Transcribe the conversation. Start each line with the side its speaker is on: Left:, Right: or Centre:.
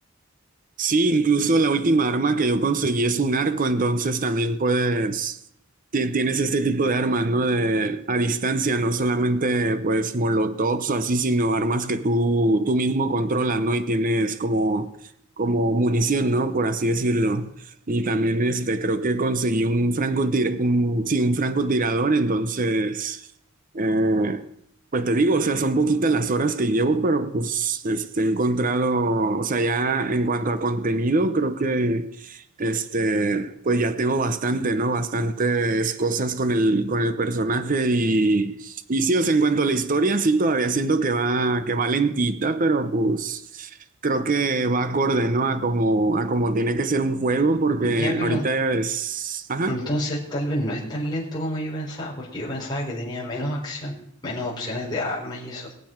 Right: Sí, incluso la última arma que yo conseguí es un arco, entonces también puedes, ti- tienes este tipo de armas, ¿no? De, a distancia, no solamente pues molotovs o así, sino armas que tú, tú mismo controlas, ¿no? Y tienes como, como munición, ¿no? Por así decirlo. Y
Left: Ah,
Right: también este, creo que conseguí un francotir, un, sí, un francotirador, entonces... eh, pues te digo, o sea, son poquitas las horas que llevo, pero pues este, he encontrado, o sea, ya en cuanto a contenido, creo que este, pues ya tengo bastante, ¿no? Bastantes cosas con el, con el personaje y, y sí, o sea, en cuanto a la historia, sí, todavía siento que va, que va lentita, pero pues creo que va acorde, ¿no? A como, a como tiene que ser un juego, porque
Left: Ya, pero
Right: ahorita es, ajá.
Left: Entonces tal vez no es tan lento como yo pensaba, porque yo pensaba que tenía menos acción, menos opciones de armas y eso.